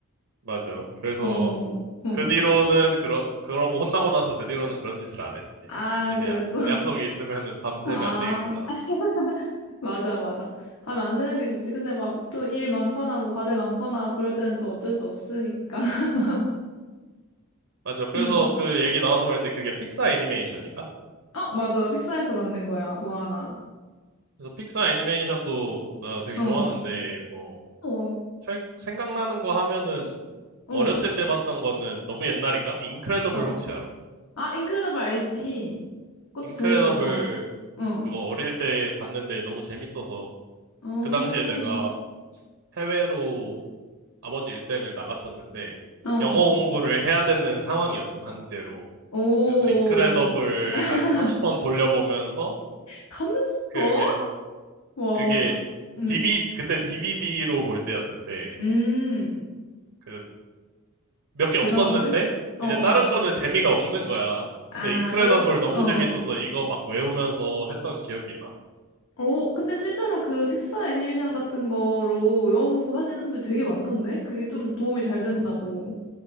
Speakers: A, on the right (about 75°); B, on the left (about 85°).
A: 맞아. 그래서,
B: 어, 어.
A: 그 뒤로는 그러 그러고 혼나고 나서 그 뒤로는 그런 짓을 안 했지.
B: 아,
A: 이제
B: 그랬어.
A: 약속 약속이 있으면은 밤새면
B: <laughs>
A: 안 되겠구나.
B: 아. 맞아, 맞아. 하면 안 새는 게 좋지. 근데 막 또 일 많거나 뭐 과제 많거나 그럴 때는 또 어쩔 수 없으니까. <laughs>
A: 맞아. 그래서
B: 음.
A: 그 얘기 나와서 말인데 그게 픽사 애니메이션인가?
B: 어, 맞아. 픽사에서 만든 거야. 뭐 하나.
A: 그래서 픽사 애니메이션도 나 되게
B: 어.
A: 좋아하는데 뭐
B: 어.
A: 최- 생각나는 거 하면은
B: 어.
A: 어렸을 때 봤던 거는 너무 옛날인가? 인크레더블
B: 어.
A: 혹시 알아?
B: 아, 인크레더블 알지? 그것도
A: 인크레더블
B: 재밌잖아. 어.
A: 그거 어릴 때 봤는데 너무 재밌어서
B: 어. 어.
A: 그 당시에 내가 해외로 아버지 일 때문에 나갔었는데
B: 어. 어.
A: 영어 공부를 해야 되는 상황이었어, 강제로.
B: 오.
A: 그래서 인크레더블
B: <laughs>
A: 한 30번 돌려보면서
B: 컴스포?
A: 그게
B: 와.
A: 그게
B: 음.
A: d v 그때 DVD로 볼 때였는데
B: 음.
A: 그 몇 개
B: 대단한데?
A: 없었는데
B: 어,
A: 이제
B: 어,
A: 다른
B: 어.
A: 거는 재미가 없는 거야.
B: 아,
A: 근데 인크레더블
B: 여러
A: 너무
B: 어.
A: 재밌어서 이거 막 외우면서 했던 기억이 나.
B: 어, 근데 실제로 그 픽사 애니메이션 같은 거로 영어 공부 하시는 분들 되게 많던데? 그게 좀 도움이 잘 된다고.